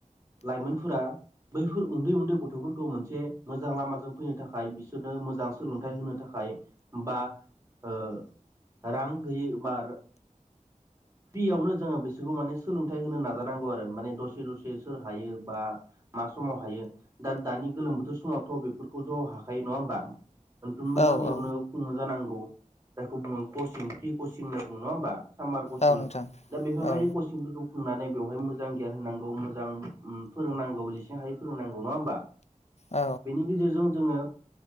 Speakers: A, on the right; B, on the left.
A: लाइमोनफोरा बैफोर उन्दै उन्दै गथफोरखौ मोनसे मोजां लामाजों फैनो थाखाय बिसोरनो मोजां सोलोंथाइ होनो थाखाय बा ओ रां गैयै बा फ्रियावनो जोङो बिसोरखौ माने सोलोंथाइ होनो नाजानांगौ आरो माने दसे दसे सोर हायो बा माख समाव हायो दा दानि गोलोम बोथोर समावथ बेफोरखौ दं हाखायो नङा होमबा? मोनफ्रोमबो
B: औ
A: गामियावनो
B: औ
A: खुङो जानांगौ जायखौ बुङो कचिं फ्रि कचिं होनना बुङो नङा होमबा? सामार कचिं
B: औ नोंथां
A: दा बेफोरबायदि
B: औ
A: कचिंफोरखौ खुंनानै बेवहाय मोजां गियान होनांगौ मोजां फोरोंनांगौ जेसे हायो फोरोंनांगौ नङा होमबा
B: औ
A: बेनि गेजेरजों जोङो